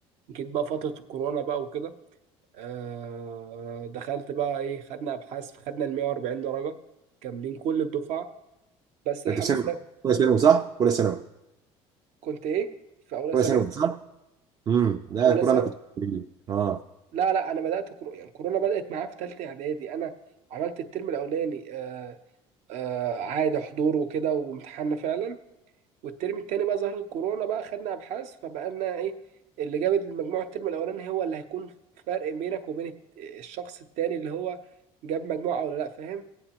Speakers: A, on the right; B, on the right.
A: جيت بقى فترة الكورونا بقى وكده آه دخلت بقى ايه خدنا ابحاث فخدنا ال 140 درجة كاملين كل الدفعة بس الحمد
B: انت في ثانوي
A: لله
B: ولا ثانوي صح؟ ولا ثانوي
A: كنت ايه في اولى
B: ولا
A: ثانوي
B: ثانوي صح؟ امم لا
A: اولى
B: كوره
A: سنة
B: انا كنت اه
A: لا لا انا بدأت كرو... يعني كورونا بدأت معايا في ثالثة اعدادي انا عملت الترم الاولاني آه آه عادي حضور وكده وامتحاننا فعلا والترم التاني بقى ظهرت الكورونا بقى خدنا ابحاث فبقى لنا ايه اللي جابت المجموع الترم الاولاني هو اللي هيكون فرق بينك وبين الت- الشخص التاني اللي هو جاب مجموعة او لا فاهم